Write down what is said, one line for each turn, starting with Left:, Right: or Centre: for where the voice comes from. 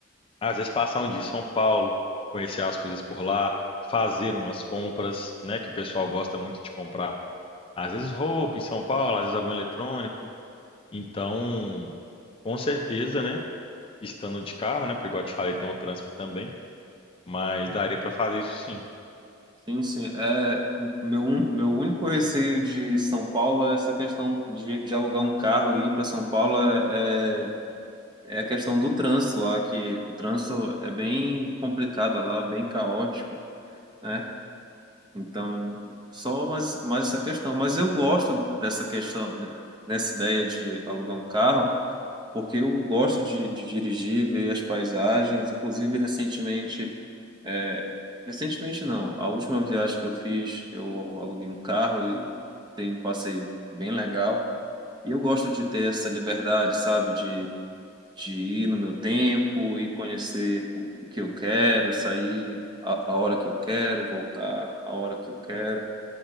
Left: às vezes passar um dia em São Paulo, conhecer as coisas por lá, fazer umas compras, né? Que o pessoal gosta muito de comprar. Às vezes roupa em São Paulo, às vezes algum eletrônico. Então, com certeza, né? Estando de carro, né? Porque, igual eu te falei, tem o transfer também. Mas daria para fazer isso sim.
Right: Sim, sim. É, o meu, un- meu único receio de São Paulo é essa questão de, de alugar um carro e ir para São Paulo é é é a questão do trânsito lá, que o trânsito é bem complicado lá, bem caótico, né? Então, só mais, mais essa questão. Mas eu gosto dessa questão, de- dessa ideia de alugar um carro, porque eu gosto de, de dirigir, ver as paisagens. Inclusive, recentemente, é, recentemente não, a última viagem que eu fiz, eu aluguei um carro e tem um passeio bem legal. E eu gosto de ter essa liberdade, sabe? de ir no meu tempo e conhecer o, o que eu quero, sair a, a hora que eu quero, voltar a hora que eu quero.